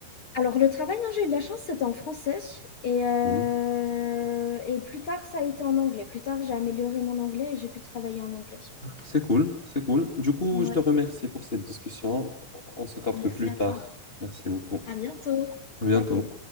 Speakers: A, on the left; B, on the left.
A: alors, le travail, non, j'ai eu de la chance, c'était en français. Et, euh,
B: Cool.
A: et plus tard, ça a été en anglais. Plus tard, j'ai amélioré mon anglais et j'ai pu travailler en anglais.
B: C'est cool, c'est cool. Du coup,
A: Ouais,
B: je te remercie pour cette discussion. On se capte
A: merci
B: plus
A: à
B: tard.
A: toi.
B: Merci beaucoup.
A: À bientôt.
B: À bientôt.
A: Salut.